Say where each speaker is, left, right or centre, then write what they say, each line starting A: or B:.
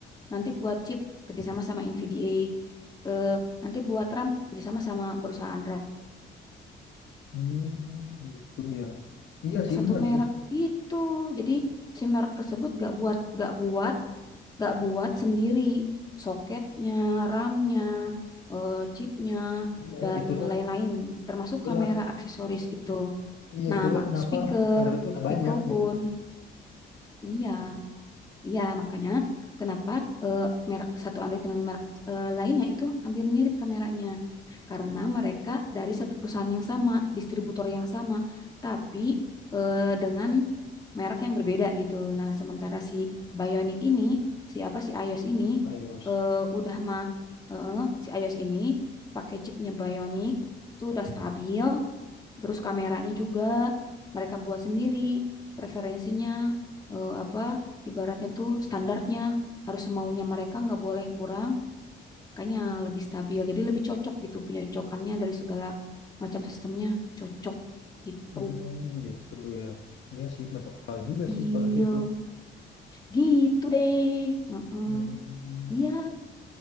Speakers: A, on the left; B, on the left.
A: Nanti buat chip kerjasama sama NVDA. Eh, nanti buat RAM kerjasama sama perusahaan RAM
B: hmm gitu ya iya sih
A: satu
B: benar
A: merek
B: sih
A: gitu. Jadi si merek tersebut gak buat gak buat nggak buat sendiri soketnya, ramnya eh, chipnya,
B: iya
A: dan
B: itulah
A: lain-lain, termasuk
B: itulah
A: kamera aksesoris gitu.
B: iya
A: Nah,
B: itulah
A: mak
B: kenapa
A: speaker,
B: Android tuh udah banyak
A: mikrofon,
B: gitu
A: iya. Iya, makanya kenapa eh, merek satu Android dengan merek eh, lainnya itu hampir mirip kameranya. Karena mereka dari satu perusahaan yang sama, distributor yang sama, tapi eh, dengan merek yang berbeda gitu. Nah, sementara si Bionic ini, si apa si iOS ini
B: iOS
A: eh, udah mah eh, eh, si iOS ini pakai chipnya Bionic itu udah stabil, Terus kameranya juga mereka buat sendiri, preferensinya eh, apa ibaratnya tuh standarnya harus semaunya mereka nggak boleh kurang, kayaknya lebih stabil. Jadi lebih cocok gitu penyocokannya dari segala macam sistemnya cocok gitu.
B: hmm gitu ya iya sih masuk akal juga
A: stabil
B: sih kalau gitu
A: Gitu deh. Heeh.
B: hmm
A: Iya.